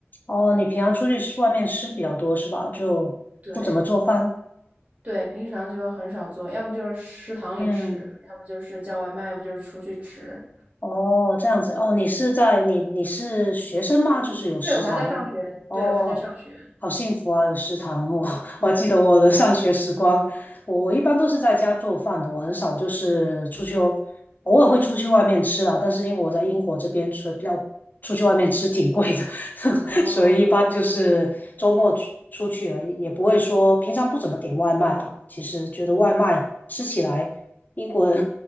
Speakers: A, on the left (about 40°); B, on the right (about 30°).
A: 哦，你平常出去吃外面吃比较多是吧？就不怎么做饭。
B: 对对，平常就很少做，要么就是食堂里吃，
A: 嗯。
B: 要么就是叫外卖，要不就是出去吃。
A: 哦，这样子哦，你是在你你是学生吗？就是有食堂哦，
B: 对，我还在上学，对，我还在上学。
A: 好幸福啊，有食堂我 <laughs>
B: <laughs>
A: 我还记得我的上学时光，我我一般都是在家做饭的，我很少就是出去哦，偶尔会出去外面吃啊，但是因为我在英国这边吃比较出去外面吃挺贵的，<laughs>
B: 哦，
A: 所以一般就是周末去出去而已，也不会说平常不怎么点外卖了。其实觉得外卖吃起来。
B: 嗯，
A: 英国人